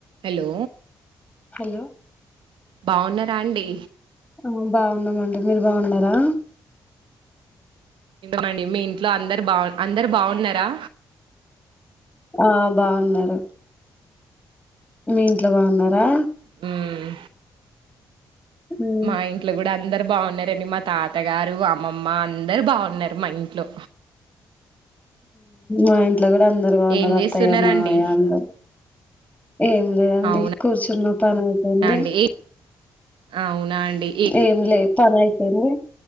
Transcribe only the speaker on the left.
hello
ఆ బాగున్నామండి మీరు బాగున్నారా
ఆ బాగున్నారు మీ ఇంట్లో బాగున్నారా
హ్మ్.
ఉ ఇట్లా కూడా అందరు బాగున్నారు
అత్తయ్య
మామయ్య అందరు ఏం లేదండి
కూర్చున్న పని అయిపోయింది
ఏం లే పని అయిపోయింది